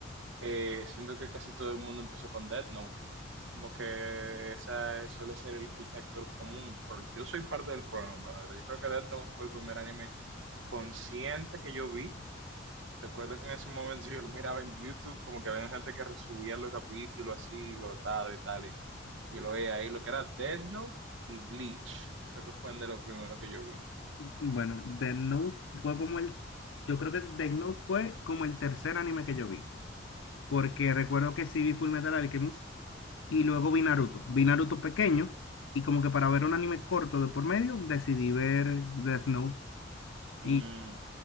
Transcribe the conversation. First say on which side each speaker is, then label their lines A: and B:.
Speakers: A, on the right; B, on the left.
A: eh, siento que casi todo el mundo empezó con Death Note. Como que esa eh, suele ser el, el factor común. Por- yo soy parte del problema, ¿verdad? Yo creo que Death Note fue el primer anime consciente que yo vi Recuerdo que en ese momento yo lo miraba en YouTube, como que había gente que resubía los capítulos así, gotado y tal. Y yo lo veía ahí, lo que era Death Note y Bleach. Creo que fue de los primeros que yo vi.
B: Bueno, Death Note fue como el, yo creo que Death Note fue como el tercer anime que yo vi. porque recuerdo que sí vi Full Metal Alchemist y luego vi Naruto. Vi Naruto pequeño y como que para ver un anime corto de por medio decidí ver Death Note.
A: Mm,
B: Y